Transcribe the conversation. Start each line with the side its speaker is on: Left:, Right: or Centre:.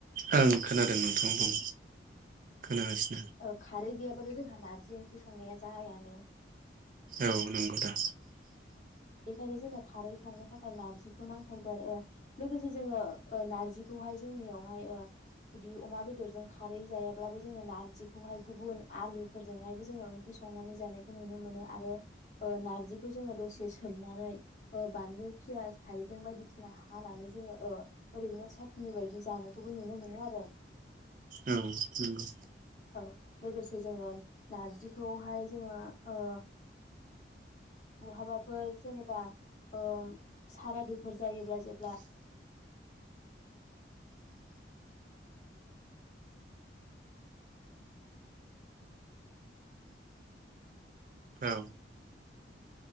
Right: ओं खोनादों नोंथां बुं <unintelligible>
Left: औ खारै गैयाबाथ जोंहा नारजि जि ओंख्रि संनाया जायानो
Right: औ नंगौ दा
Left: बेखायनो जोङो खारै संनो थाखाय नारजिखौ नांथारगौ आरो ओ लोगोसे जोङो ओ नार्जिखौहाय जोंनियावहाय ओ बिदि अमा बेदरजों खारै जायाब्लाबो जोङो नार्जिखौहाय गुबुन आलुफोरजोंहायबो जोङो ओंख्रि संनानै जानायखौ नुनो मोनो आरो ओ नार्जिखौ जोङो दसे सोमनानै ओ बानलु फियास हायजें बायदिसिना हानानै जोङो ओ ओरैनो साथनि बायदि जानायखौबो नुनो मोनो आरो
Right: औ नंगौ
Left: औ लोगोसे जोङो नारजिखौहाय जोंङो ओ बहाबा फोर जेनेबा ओ सारादुफोर जायोब्ला जेब्ला
Right: औ।